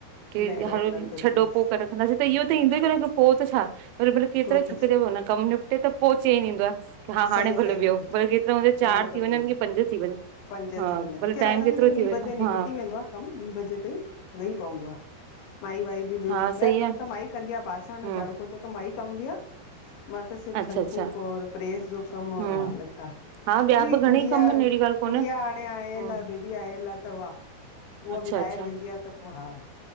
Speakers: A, on the right; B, on the left.
A: केड़ी
B: न
A: आ
B: वेण
A: हलो
B: नथो
A: दीदी
B: अचेसि
A: छॾो पो करे रखंदासीं त इओ त ईंदो ई कोने पो त छा? वरी भले केतिरा
B: पोइ
A: ई
B: त
A: थकिजी पवंदा कमु निपटे त पोइ चैन ईींदो आ कि हा
B: सही
A: हाणे भले
B: सही
A: वियो भले केतिरा हुन जा
B: हाणे
A: चार थी
B: भले
A: वञनि की पंज थी वञनि
B: पंज
A: हा
B: थी वञनि
A: भले
B: खेर
A: टाइम
B: असांजो
A: केतिरो
B: त ॿी
A: थी वियो
B: बजे निपटी
A: हा
B: वेंदो आहे कमु ॿी बजे ताईं लही पवंदो हा माई वाई बि ॿियो
A: हा
B: ॿिया
A: सही
B: कम
A: आहे
B: त माई कंदी आहे बासण
A: हम्म
B: झाड़ू पोछो त माई कंदी आ मां त सिर्फ
A: अच्छा
B: छंड
A: अच्छा
B: फूंक और प्रेस जो कम और
A: हम्म
B: हा लटा
A: हा ॿिया
B: उ बि
A: घणेई
B: गुड़िया
A: कम आहिनि अहिड़ी ॻाल्हि कोन्हे
B: गुड़िया हाणे आएल
A: हम्म
B: आहे बेबी आएल त वाह उहा
A: अच्छा
B: बि
A: अच्छा
B: ॿाहिरि वेंदी आहे त पोइ हा